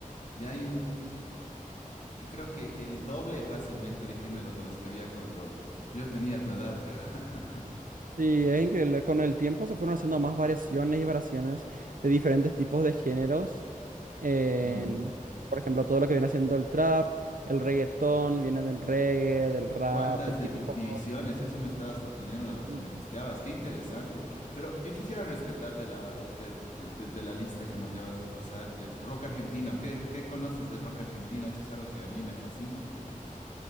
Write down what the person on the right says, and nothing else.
Sí, es increíble. Con el tiempo se fueron haciendo más variaciones y variaciones de diferentes tipos de géneros. En,
por ejemplo, todo lo que viene haciendo el trap, el reggaetón, vienen del reggae, del rap,
del
hip hop.
Mm.